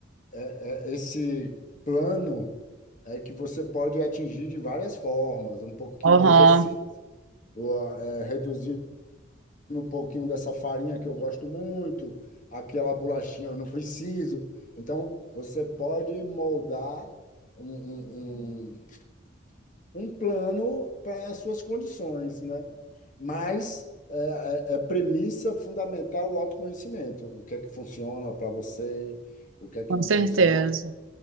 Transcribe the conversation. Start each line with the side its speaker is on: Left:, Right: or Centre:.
Left: é- esse plano é que você pode atingir de várias formas, um pouquinho
Right: aham,
Left: de exercício, ou, é, reduzir um pouquinho dessa farinha que eu gosto muito, aquela bolachinha eu não preciso. Então, você pode moldar um, um, um, um plano para as suas condições, né? Mas é, é, é premissa fundamental o autoconhecimento. O que é que funciona para você, o que é que
Right: com
Left: não
Right: certeza.
Left: funciona,